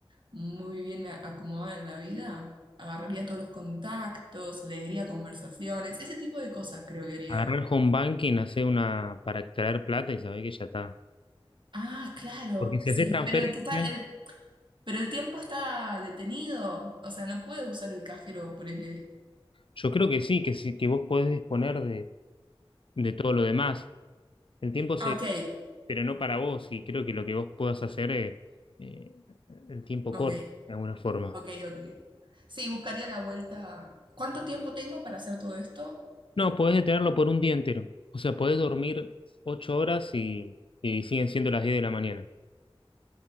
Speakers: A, on the right; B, on the left.
A: muy bien a- acomodada en la vida, agarraría todos los contactos, leería conversaciones, ese tipo de cosas creo que haría.
B: Agarrar el home banking, hacer una para extraer plata y saber que ya está.
A: Ah, claro,
B: Porque si
A: sí.
B: haces transferencia,
A: Pero el que está, el, pero el tiempo está detenido. O sea, no puede usar el cajero por el.
B: yo creo que sí, que sí, que vos podés disponer de, de todo lo demás. El tiempo se,
A: Ah, ok,
B: pero no para vos, y creo que lo que vos puedas hacer, eh, eh, el tiempo
A: ok,
B: corre de alguna forma.
A: ok, ok. Sí, buscaría la vuelta. ¿Cuánto tiempo tengo para hacer todo esto?
B: No, podés detenerlo por un día entero. O sea, podés dormir ocho horas y, y siguen siendo las diez de la mañana.